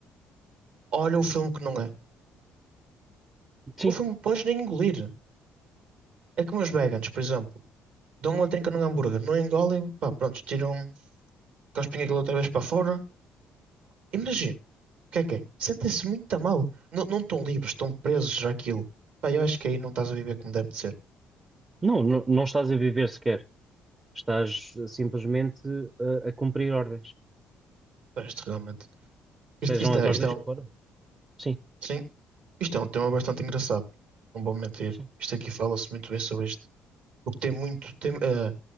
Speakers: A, on the right (about 70°); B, on the right (about 25°).
A: olha o filme que não é.
B: Sim.
A: O filme podes nem engolir. É como os vegans, por exemplo. Dão uma trinca num hambúrguer, não engolem, pá, pronto, tiram, cospem aquilo outra vez para fora. Imagina, o que é que é? Sentem-se muito mal. Não, não estão livres, estão presos àquilo. Pá, eu acho que aí não estás a viver como deve de ser.
B: Não, não, não estás a viver sequer. Estás uh, simplesmente uh, a, cumprir ordens.
A: Pá, isto realmente.
B: Sejam
A: Isto, isto
B: as
A: é,
B: ordens
A: isto é um-
B: que forem. Sim,
A: Sim, isto é um tema bastante engraçado. Não vou mentir.
B: sim,
A: Isto aqui fala-se muito bem sobre isto. O que
B: sim.
A: tem muito. Tem, eh,